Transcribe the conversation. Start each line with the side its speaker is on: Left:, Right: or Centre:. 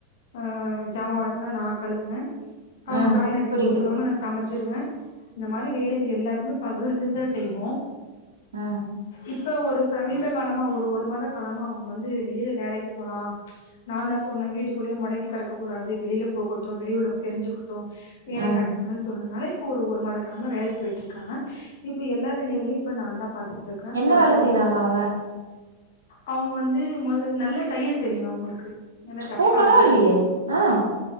Left: ஆ ஜாமா விளக்குனா நா கழுதுவே அவுங்க
Right: ம்
Left: காய் நறுக்கி
Right: புரியுது
Left: குடுத்துருவாங்க நா சமைச்சிருவேன் இந்த மாரி வேலைகள் எல்லாத்தையுமே பகிர்ந்துதா செய்வோம்
Right: உம்
Left: இப்ப ஒரு சமீப காலமா ஒரு ஒரு மாத காலமா அவுங்க வந்து வெளியில வேலைக்கு போலாம் நா தா சொன்ன வீட்டுக்குள்ளேயே மொடங்கி கிடக்கக் கூடாது வெளில போகட்டு வெளிய உலகோ தெரிஞ்சுக்கட்டு வேலைக்கு
Right: ம்
Left: அனுப்புங்கன்னு சொன்னதுனால இப்போ ஒரு ஒரு மாத காலமா வேலைக்கு போயிட்டு இருக்காங்க இப்ப எல்லா வேலைகளையு நா தா பாத் இருக்கா
Right: என்ன
Left: பாத்துக்கிறக்காய்
Right: வேல செய்றாங்க அவங்க
Left: அவுங்க வந்து மொத நல்ல தையல் தெரியு அவுங்களுக்கு நல்ல தப்பாங்க
Right: ஓ பரவாயில்லையே ஆ